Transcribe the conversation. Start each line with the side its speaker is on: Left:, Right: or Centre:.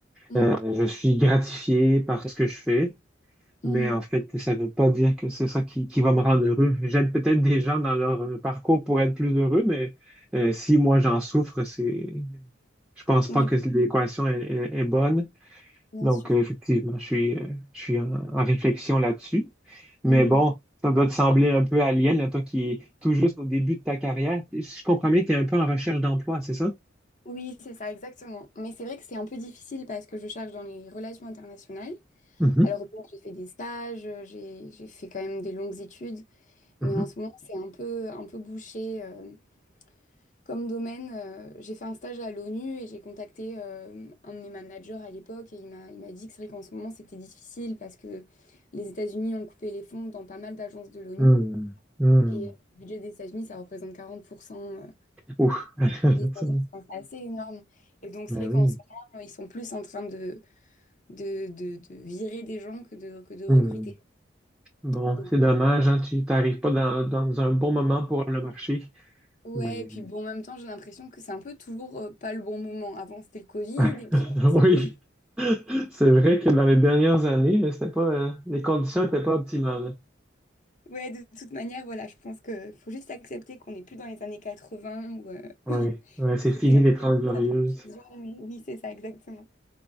Left: mhm,
Centre: euh, je suis gratifié par ce que je fais,
Left: mm,
Centre: mais
Left: mm.
Centre: en fait, ça ne veut pas dire que c'est ça qui, qui va me rendre heureux. J'aide peut-être des gens dans leur euh, parcours pour être plus heureux, mais euh, si moi j'en souffre, c'est, je pense pas
Left: Oui,
Centre: que l'équation est, est- est bonne.
Left: bien
Centre: Donc,
Left: sûr.
Centre: euh, effectivement, je suis, euh, je suis en, en réflexion là-dessus. Mais
Left: Mm.
Centre: bon, ça doit te sembler un peu alien, là, toi qui es tout juste au début de ta carrière. Si je comprends bien, tu es un peu en recherche d'emploi, c'est ça?
Left: Oui, c'est ça, exactement. Mais c'est vrai que c'est un peu difficile parce que je cherche dans les relations internationales.
Centre: Mhm,
Left: Alors, bon, j'ai fait des stages, j'ai, j'ai fait quand même des longues études,
Centre: mhm,
Left: mais en ce moment, c'est un peu, un peu bouché. euh, Comme domaine, euh, j'ai fait un stage à l'ONU et j'ai contacté euh, un de mes managers à l'époque et il m'a, il m'a dit que c'est vrai qu'en ce moment c'était difficile parce que les États-Unis ont coupé les fonds dans pas mal d'agences de l'ONU
Centre: mhm, mhm.
Left: et le budget des États-Unis ça représente 40%
Centre: Ouf. <laughs>
Left: des agences, Enfin, c'est assez énorme. Et donc
Centre: Ben
Left: c'est vrai
Centre: oui.
Left: qu'en ce moment ils sont plus en train de, de, de, de virer des gens que de, que de recruter.
Centre: Mhm. Bon,
Left: Donc,
Centre: c'est dommage, hein, tu t'arrives pas dans, dans un bon moment pour le marché.
Left: ouais,
Centre: Mais
Left: et puis bon, en même temps j'ai l'impression que c'est un peu toujours euh, pas le bon moment. Avant c'était le Covid
Centre: <laughs>
Left: et puis avant, c'était
Centre: Oui, c'est vrai que dans les dernières années, c'était pas, euh, les conditions n'étaient pas optimales.
Left: Ouais, de toute manière, voilà, je pense que faut juste accepter qu'on n'est plus dans les années 80 où euh,
Centre: Oui,
Left: <laughs>
Centre: ouais, c'est fini
Left: c'était en
Centre: les 30 glorieuses.
Left: mais oui, oui, c'est ça, exactement.